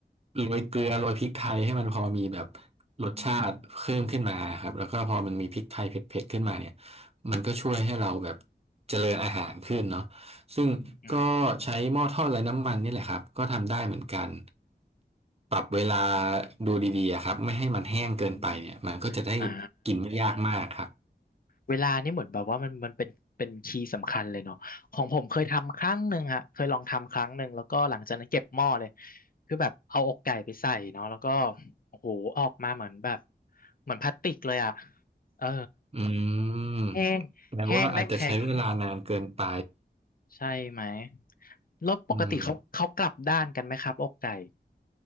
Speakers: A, on the right; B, on the left.
A: โรยเกลือโรยพริกไทยให้มันพอมีแบบรสชาติเพิ่มขึ้นมาครับแล้วก็พอมันมีพริกไทยเผ็ดๆขึ้นมาเนี่ย
B: อืมอื
A: มันก็ช่วยให้เราแบบเจริญอาหารขึ้นเนาะซึ่งก็ใช้หม้อทอดไร้น้ำมันนี่แหละครับก็ทำได้เหมือนกัน
B: ม
A: ปรับเวลาดูดีๆอะครับไม่ให้มันแห้งเกินไปเนี่ยมันก็จะได้กินไม่ยากมากครับ
B: อืมอ่า เวลานี่เหมือนแบบว่ามันมันเป็นเป็นคีย์สำคัญเลยเนาะของผมเคยทำครั้งหนึ่งฮะเคยลองทำครั้งหนึ่งแล้วก็หลังจากนั้นเก็บหม้อเลยคือแบบเอาอกไก่ไปใส่เนาะแล้วก็โอ้โหออกมาเหมือนแบบเหมือนพลาสติกเลยอ่ะเออ
A: อืม
B: แห้งแห้งและแข็ง
A: แปลว่าอาจจะใช้เวลานานเกินไป
B: ใช่ไหมแล้วปกติเขาเขากลับด้านกันไหมครับอกไก่
A: อืม